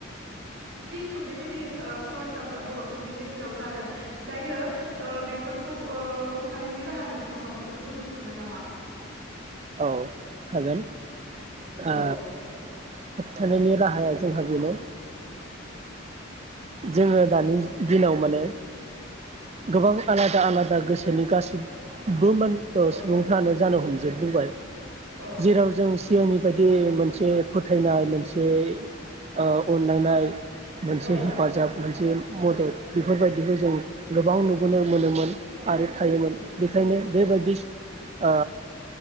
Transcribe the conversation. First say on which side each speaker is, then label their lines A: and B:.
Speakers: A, on the right; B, on the right.
A: जिथु बेबायदि ओ समयसाफ्रा बर'फोरनि गेजेराव जादों दायो ओ बेफोरखौ होबथानायनि राहा नोंथाङा माबाफोर बुंनो सानो नामा?
B: औ हागोन
A: औ
B: ओ होबथानायनि राहाया जोंहा बेनो जोङो दानि दिनाव माने गोबां आलादा आलादा गोसोनि गासि मोन ओ
A: औ
B: सुबुंफ्रानो जानो हम जोबबोबाय
A: औ
B: जेराव जों सिगांनि बायदि मोनसे फोथायनाय मोनसे ओ अनलायनाय मोनसे
A: औ
B: हे फाजाब मोनसे मदद बेफोरबायदिखौ जों गोबां नुबोनो मोनोमोन। आरो थायोमोन
A: उम
B: बेखायनो बेबायदि ओ